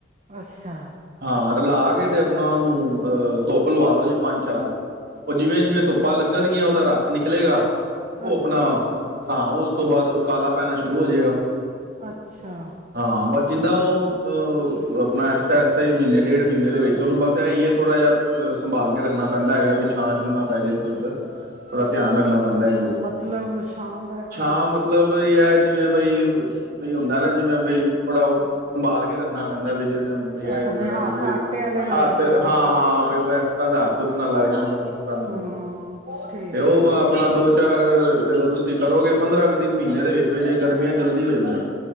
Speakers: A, on the right (about 40°); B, on the right (about 60°).
A: ਅੱਛਾ
B: ਹਾਂ ਰਲਾ ਕੇ ਤੇ ਆਪਣਾ ਉਹਨੂੰ ਅਹ ਧੁੱਪ ਲਵਾ ਲੋ ਜੀ ਪੰਜ ਚਾਰ ਉਹ ਜਿਵੇਂ ਜਿਵੇਂ ਧੁੱਪਾਂ ਲੱਗਣਗੀਆਂ ਉਹਦਾ ਰਸ ਨਿਕਲੇਗਾ ਉਹ
A: ਅੱਛਾ
B: ਆਪਣਾ ਹਾਂ ਉਸ ਉਸ ਤੋਂ ਬਾਅਦ ਉਹ ਕਾਲਾ ਪੈਣਾ ਸ਼ੁਰੂ ਹੋ ਜਾਏਗਾ
A: ਅੱਛਾ
B: ਹਾਂ ਬਸ ਜਿੱਦਾਂ ਉਹ ਆਪਣਾਸ ਮਹੀਨੇ ਡੇਢ ਮਹੀਨੇ ਦੇ ਵਿੱਚ ਉਹਨੂੰ ਬਸ ਇਹ ਹੀ ਥੋੜ੍ਹਾ ਜਿਹਾ ਸੰਭਾਲ ਕੇ ਰੱਖਣਾ ਪੈਂਦਾ ਹੈਗਾ ਵੀ ਛਾਂ ਛੂ ਨਾ ਆਪ ਇਧਰ ਉਧਰ ਥੋੜਾ ਧਿਆਨ ਰੱਖਣਾ ਪੈਂਦਾ ਪੈਂਦਾ ਹੈ
A: ਮਤਲਬ ਛਾਂ ਦਾ ਕੀ
B: ਛਾਂ ਮਤਲਬ ਇਹ ਜਿਵੇਂ ਬਈ ਬਈ ਹੁੰਦਾ ਨਾ ਜਿਵੇਂ ਬਈ ਥੋੜਾ ਉਹ ਸੰਭਾਲ ਕੇ ਰੱਖਣਾ ਪੈਂਦਾ ਬਈ ਜਿਵੇਂ ਬਈ ਇਹ
A: ਅੱਛਾ
B: ਹੀ ਹੁੰਦਾ
A: ਹੱਥ
B: ਵੀ
A: ਆਟੇ ਆਲੇ ਨਾ
B: ਹੱਥ
A: ਲੱਗਣ
B: ਹਾਂ ਹਾਂ ਬਈ ਕੋਈ ਨਾਲੇ ਹੱਥ ਹੁੱਥ ਨਾ ਲੱਗ ਜਾਣ
A: ਹਾਂ
B: <inaudible>
A: ਠੀਕ
B: ਤੇ ਉਹ
A: ਹੈ
B: ਵਾ
A: ਠੀਕ
B: ਆਪਣਾ ਦੋ ਚਾਰ ਜਦੋਂ ਤੁਸੀਂ ਕਰੋਗੇ ਪੰਦਰਾਂ ਅ ਕੁ ਦਿਨ ਮਹੀਨੇ ਦੇ ਵਿੱਚ ਵੀ ਜੇ ਗਰਮੀਆਂ ਜਲਦੀ ਹੋ ਜਾਂਦਾ